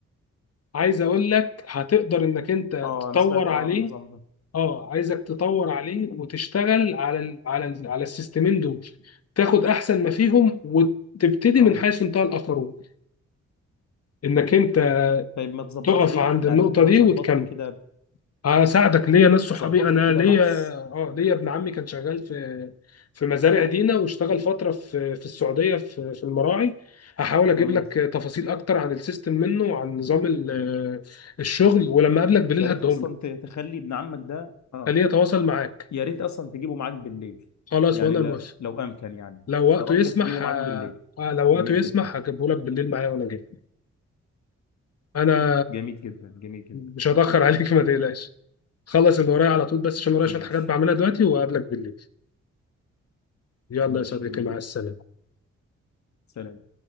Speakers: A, on the left (about 55°); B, on the left (about 70°).
A: عايز اقول لك هتقدر انك انت
B: اه
A: تطور
B: انا سمعت
A: عليه
B: عن النظام ده
A: اه عايزك تطور عليه وتشتغل على ال على ال على السيستمين دول تاخد احسن ما فيهم وتبتدي
B: اه
A: من حيث انتهى الاخرون انك انت
B: طيب ما تظبط
A: تقف
B: لي
A: عند
B: يعني
A: النقطة
B: انت ظبط
A: دي وتكمل
B: لي كده
A: هساعدك ليا ناس صحابي
B: ظبط
A: انا
B: لي كده
A: ليا
B: بحث
A: اه ليا ابن عمي كان شغال في في مزارع دينا واشتغل فترة في في السعودية في في المراعي هحاول اجيب
B: جميل
A: لك تفاصيل اكتر عن السيستم منه وعن نظام ال- الشغل ولما اقابلك بالليل
B: يا
A: هديهم
B: ريت اصلا
A: لك
B: ت- تخلي ابن عمك ده اه
A: خليه يتواصل معاك
B: يا ريت اصلا تجيبه معاك بالليل
A: خلاص
B: يعني
A: وانا
B: لا-
A: موافق
B: لو امكن يعني
A: لو وقته
B: لو امكن
A: يسمح
B: تجيبه معاك
A: ه...
B: بالليل
A: لو
B: جميل
A: وقته يسمح
B: جدا
A: هجيبه لك بالليل معايا وانا جاي انا
B: جميل جدا جميل جدا
A: مش هتاخر عليك <laughs> ما تقلقش خلص اللي ورايا على طول بس عشان ورايا
B: ماشي
A: شويه حاجات بعملها دلوقتي وقابلك بالليل يلا
B: ماشي
A: يا صديقي
B: جميل
A: مع
B: جدا
A: السلامه
B: سلام